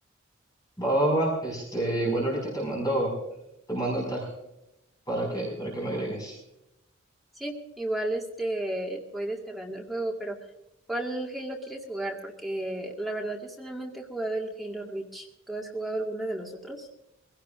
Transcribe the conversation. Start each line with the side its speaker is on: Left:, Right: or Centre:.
Left: Va, va, va. Este, igual ahorita te mando, te mando el tag para que, para que me agregues.
Centre: Sí, igual este voy descargando el juego, pero ¿cuál Halo quieres jugar? Porque la verdad yo solamente he jugado el Halo Reach. ¿Tú has jugado alguno de los otros?